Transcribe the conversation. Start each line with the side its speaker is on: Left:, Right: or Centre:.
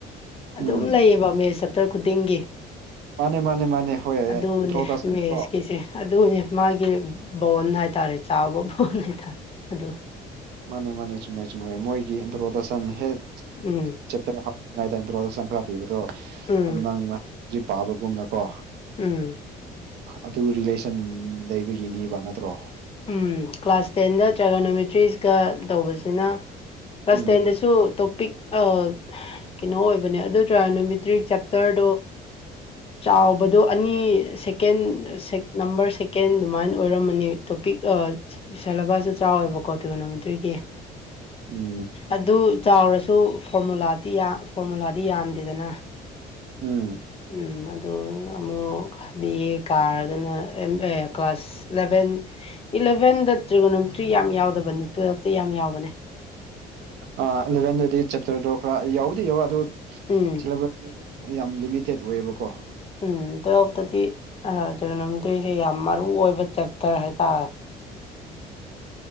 Left: ꯑꯗꯨꯝ
Right: ꯎꯝ
Left: ꯂꯩꯌꯦꯕ ꯃꯦꯁ ꯆꯦꯞꯇꯔ ꯈꯨꯗꯤꯡꯒꯤ
Right: ꯃꯥꯅꯦ ꯃꯥꯅꯦ ꯃꯥꯅꯦ ꯍꯣꯏ
Left: ꯑꯗꯨꯅꯦ
Right: ꯏꯟꯇ꯭ꯔꯣꯗꯛꯁꯟꯀꯣ
Left: ꯃꯦꯁꯀꯤꯁꯦ ꯑꯗꯨꯅꯦ ꯃꯥꯒꯤ ꯕꯣꯟ ꯍꯥꯏꯇꯥꯔꯦ ꯆꯥꯎꯕ ꯕꯣꯟ ꯍꯥꯏꯇꯥꯔꯦ ꯑꯗꯨ
Right: ꯃꯥꯅꯦ ꯃꯥꯅꯦ ꯆꯨꯝꯃꯦ ꯆꯨꯨꯝꯃꯦ ꯃꯣꯏꯒꯤ ꯏꯟꯗ꯭ꯔꯣꯗꯁꯟ ꯍꯦꯛ
Left: ꯎꯝ
Right: ꯆꯦꯞꯇꯔ ꯍꯞꯄꯤꯉꯩꯗ ꯏꯟꯇ꯭ꯔꯣꯗ ꯁꯪ ꯈꯔ ꯄꯤꯕꯗꯣ
Left: ꯎꯝ
Right: ꯅꯪꯅ ꯍꯧꯖꯤꯛ ꯄꯥꯕꯒꯨꯝꯅꯀꯣ
Left: ꯎꯝ
Right: ꯑꯗꯨ ꯔꯤꯂꯦꯁꯟ ꯂꯩꯕꯒꯤꯅꯦꯕ ꯅꯠꯇ꯭ꯔꯣ
Left: ꯎꯝ ꯀ꯭ꯂꯥꯁ ꯇꯦꯟꯗ ꯇ꯭ꯔꯦꯒꯣꯅꯣꯃꯤꯇ꯭ꯔꯤꯁꯀ ꯇꯧꯕꯁꯤꯅ ꯀ꯭ꯂꯥꯁ
Right: ꯎꯝ
Left: ꯇꯦꯟꯗꯁꯨ ꯇꯣꯞꯄꯤꯛ ꯑꯧ ꯀꯩꯅꯣ ꯑꯣꯏꯕꯅꯦ ꯑꯗꯨ ꯇ꯭ꯔꯥꯒꯣꯅꯣꯃꯤꯇ꯭ꯔꯤꯛ ꯆꯦꯞꯇꯔꯗꯣ ꯆꯥꯎꯕꯗꯣ ꯑꯅꯤ ꯁꯦꯀꯦꯟ ꯅꯝꯕꯔ ꯁꯦꯀꯦꯟ ꯑꯗꯨꯃꯥꯏꯅ ꯑꯣꯏꯔꯝꯃꯅꯤ ꯇꯣꯄꯤꯛ ꯑꯥ ꯁꯦꯂꯦꯕꯁꯇ ꯆꯥꯎꯋꯦꯕꯀꯣ ꯇꯔꯤꯒꯣꯅꯣꯃꯤꯇ꯭ꯔꯤꯒꯤ
Right: ꯎꯝ
Left: ꯑꯗꯨ ꯆꯥꯎꯔꯁꯨ ꯐꯣꯔꯃꯨꯂꯥꯗꯤ ꯌꯥꯝ ꯐꯣꯔꯃꯨꯂꯥꯗꯤ ꯌꯥꯝꯗꯦꯗꯅ
Right: ꯎꯝ
Left: ꯎꯝ ꯑꯗꯨ ꯑꯃꯨꯛ ꯕꯤ ꯑꯦ ꯀꯥꯔꯒꯅ ꯑꯝ ꯑꯦ ꯀ꯭ꯂꯥꯁ ꯏꯂꯚꯦꯟ ꯏꯂꯚꯦꯟꯗ ꯇ꯭ꯔꯤꯒꯣꯅꯣꯃꯤꯇ꯭ꯔꯤ ꯌꯥꯝ ꯌꯥꯎꯗꯕꯅꯦ ꯇꯨꯋꯦꯜꯐꯇ ꯌꯥꯝ ꯌꯥꯎꯕꯅꯦ
Right: ꯑꯥ ꯑꯦꯂꯚꯦꯟꯗꯗꯤ ꯆꯦꯞꯇꯔꯗꯣ ꯈꯔ ꯌꯥꯎꯗꯤ ꯌꯥꯎꯋꯦ ꯑꯗꯣ
Left: ꯎꯝ
Right: ꯁꯦꯂꯦꯕꯁ ꯌꯥꯝ ꯂꯤꯃꯤꯇꯦꯠ ꯑꯣꯏꯌꯦꯕꯀꯣ
Left: ꯎꯝ ꯇꯨꯋꯦꯜꯐꯇꯗꯤ ꯑꯥ ꯇ꯭ꯔꯤꯒꯣꯅꯣꯃꯤꯇꯤꯁꯦ ꯌꯥꯝ ꯃꯔꯨ ꯑꯣꯏꯕ ꯆꯦꯞꯇꯔ ꯍꯥꯏꯇꯥꯔꯦ